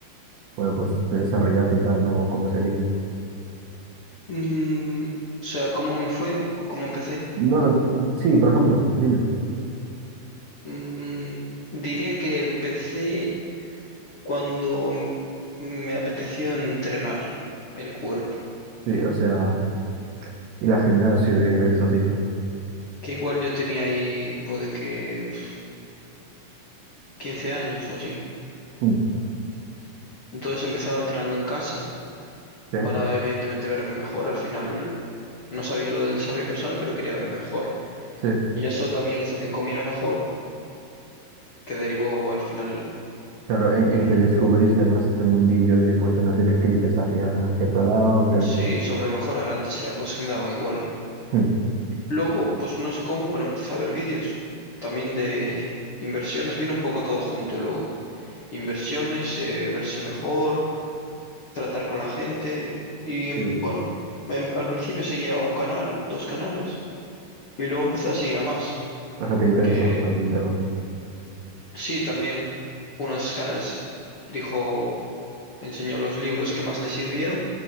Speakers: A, on the right; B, on the left.
A: bueno, pues te desarrollaste y tal, ¿no? O cómo sería.
B: Mm, o sea, ¿cómo me fue o cómo empecé?
A: No, sí, por ejemplo, dime.
B: Mm, diría que empecé cuando m- me apeteció entrenar el cuerpo,
A: Sí, o sea, y la gimnasio y rollos así, ¿no?
B: que igual yo tenía ahí, puede que pf, quince años o así.
A: Mm,
B: Entonces empezaba entrenando en casa
A: Sí,
B: para evidentemente verme mejor. Al final no sabía lo del desarrollo personal, pero quería verme mejor.
A: sí.
B: Y eso también hizo que comiera mejor, que derivó al final
A: Claro, en,
B: en...
A: en que descubriste más este mundillo de, pues, unas directrices hacia cierto lado y tal
B: Sí,
A: y cual.
B: sobre mejorar. Antes eran cosas que me daban igual.
A: Mm.
B: Luego, pues no sé cómo, pero empecé a ver vídeos también de inversiones. Vino un poco todo junto luego. Inversiones, eh, verse mejor, tratar con la gente. Y em,
A: Sí,
B: bueno, em, al principio seguía un canal, dos canales, y luego empecé a seguir a más.
A: O sea, te interesa
B: Que
A: bastante el tema.
B: sí, también uno de esos canales dijo, enseñó los libros que más le sirvieron